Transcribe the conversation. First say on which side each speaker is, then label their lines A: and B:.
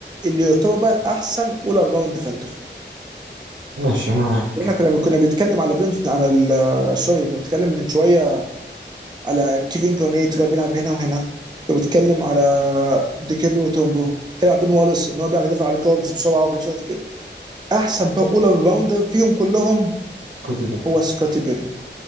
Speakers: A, on the right (about 20°); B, on the right (about 80°).
A: اللي يعتبر بقى احسن اول راوند ديفندر
B: ماشي انا معاك
A: احنا كنا كنا بنتكلم على بنت على ال- سوري كنا بنتكلم من شويه على كيفن كورنيت اللي هو بيلعب هنا وهنا وبتكلم على ديكيمبي موتومبو بيلعب بين والاس ان هو بيعرف يدافع على الجاردز بسرعه وفي نفس الوقت كده. احسن بقى اول راوندر فيهم كلهم
B: سكوتي بيبرن
A: هو سكوتي بيبن